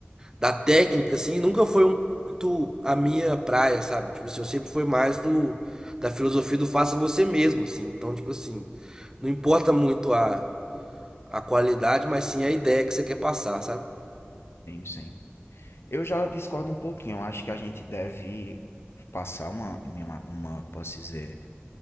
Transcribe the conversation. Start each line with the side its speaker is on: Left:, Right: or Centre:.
Right: da técnica, assim, nunca foi um- muito a minha praia, sabe? Tipo assim, eu sempre fui mais do da filosofia do faça você mesmo, assim. Então, tipo assim, não importa muito a, a qualidade, mas sim a ideia que você quer passar, sabe?
Left: sim, sim. Eu já discordo um pouquinho. Eu acho que a gente deve passar uma, uma, uma como posso dizer,